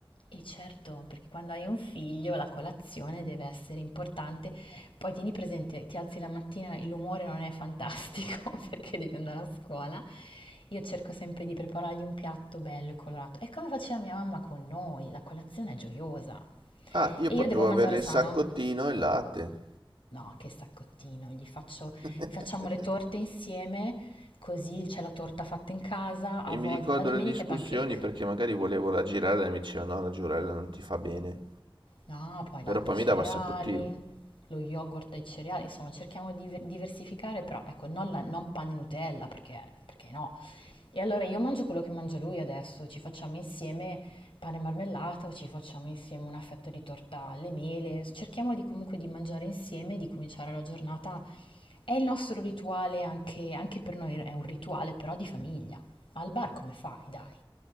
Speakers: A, on the left (about 90°); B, on the right (about 75°).
A: E certo, perché quando hai un figlio la colazione deve essere importante. Poi tieni presente, ti alzi la mattina, l'umore non è fantastico <laughs> perché devi andare a scuola. Io cerco sempre di preparargli un piatto bello e colorato. È come faceva mia mamma con noi, la colazione è gioiosa.
B: Ah, io
A: E
B: potevo
A: io devo mangiare
B: avere
A: sano,
B: il saccottino e il latte.
A: No, che saccottino, gli faccio
B: <laughs>
A: facciamo le torte insieme, così c'è la torta fatta in casa,
B: E
A: a volte
B: mi ricordo
A: la domenica
B: le discussioni
A: è pancake.
B: perché magari volevo raggirare e mi diceva no, la giurella non ti fa bene.
A: No, poi latte
B: Però poi
A: e cereali,
B: mi dava un sacco di tiro.
A: lo yogurt e cereali, insomma, cerchiamo di diversificare, però ecco, non, la- non panna e Nutella, perché perché no? E allora io mangio quello che mangia lui adesso, ci facciamo insieme pane e marmellata o ci facciamo insieme una fetta di torta alle mele, cerchiamo di comunque di mangiare insieme, e di cominciare la giornata. È il nostro rituale, anche, anche per noi è un rituale però di famiglia. Al bar come fai, dai?